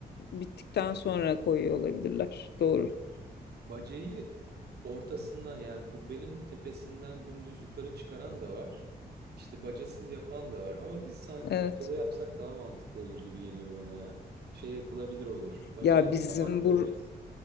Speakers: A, on the left; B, on the right.
A: bittikten sonra koyuyor olabilirler.
B: Olabilir.
A: Doğru.
B: Bacayı ortasından yani kubbenin tepesinden dümdüz yukarı çıkaran da var. İşte bacasız yapan da var. Ama biz sanki
A: Evet.
B: bacalı yapsak daha mantıklı olur gibi geliyor bana ya. Şey yapılabilir olur. Bacaya
A: Ya
B: bir
A: bizim
B: kapak koyarız.
A: bu